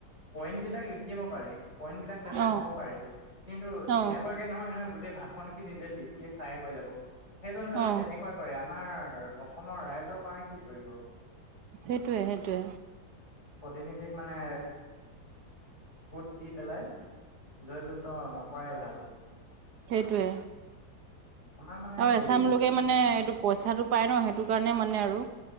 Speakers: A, on the left; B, on the right.
A: পইণ্ট বিলাক লিখিব পাৰি। পইন্ট বিলাক চ, চাই
B: অ
A: ক'ব পাৰে। কিন্তু
B: অ
A: এনেকুৱাকে নহয়, নহয়, গ গোই ভাষ খিনি যে লিখিয়ে চাইে কৈ যাব। সেইজন যদি
B: অ
A: তেনেকুৱা কৰে। আমাৰ অসমৰ ৰাইজৰ কাৰণে কি কৰিব।
B: সেইটয়ে, সেইটোৱে।
A: ৰীতি, নীতিক মানে ভোত দি পেলাই জয়যুক্ত নকৰাই ভাল।
B: সেইটোৱে।
A: আমাৰ মানে
B: আৰু এচাম
A: এই
B: লোকে মানে এইটো পইচাটো পায় ন, সেইটো কাৰণে মানে আৰু